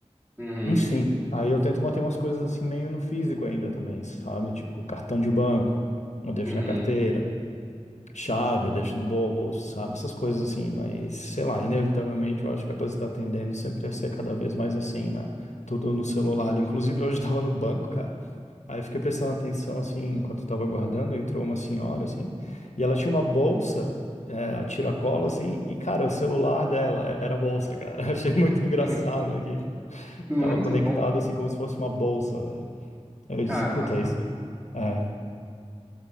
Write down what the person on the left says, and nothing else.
Enfim, aí eu tento manter umas coisas assim meio no físico ainda também, sabe? Tipo, cartão de banco, eu deixo
na carteira, chave, eu deixo no bolso, sabe? Essas coisas assim, mas sei lá, inevitavelmente eu acho que a coisa tá tendendo sempre a ser cada vez mais assim, né? Tudo no celular. Inclusive, hoje eu tava no banco, cara. Aí eu fiquei prestando atenção, assim, enquanto eu tava aguardando, entrou uma senhora, assim, e ela tinha uma bolsa, é, a tiracolo, assim, e, cara, o celular dela era a bolsa, cara. <laughs> Eu achei muito engraçado
aqui,
que tava conectado,
assim, como se fosse uma bolsa, velho. Aí eu
disse, puta, isso é... É.